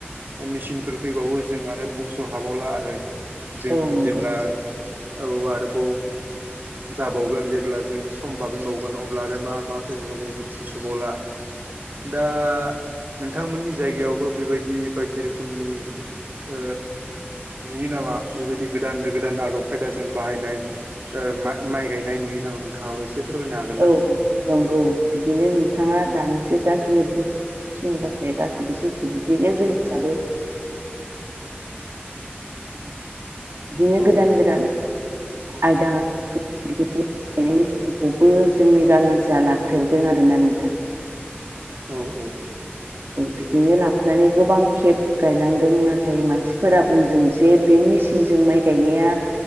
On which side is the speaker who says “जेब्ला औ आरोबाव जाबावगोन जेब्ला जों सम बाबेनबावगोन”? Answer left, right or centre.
Right